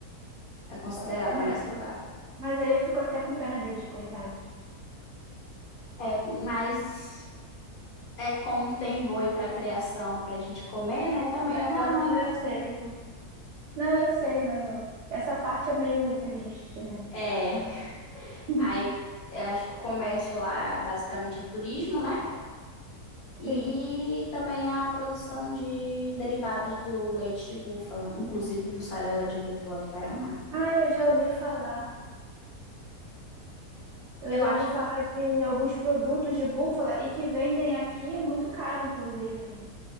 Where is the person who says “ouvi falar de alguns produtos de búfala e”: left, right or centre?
Right